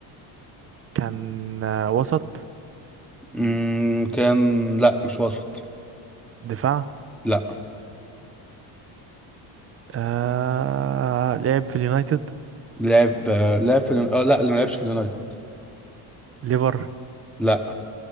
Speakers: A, on the right; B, in the centre.
A: كان آه وسط
B: مم... كان لا مش وسط
A: دفاع
B: لا
A: آه لعب في اليونايتد
B: لعب آه، لعب في اليون- اه لا ما لعبش في اليونايتد
A: ليفر
B: لا